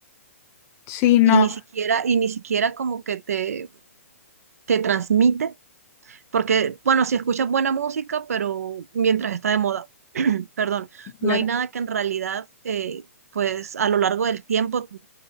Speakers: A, on the left; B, on the right.
A: Sí, no,
B: y ni siquiera, y ni siquiera como que te, te transmite, porque bueno, si escuchas buena música, pero mientras está de moda. perdón,
A: claro.
B: no hay nada que en realidad, eh, pues a lo largo del tiempo tú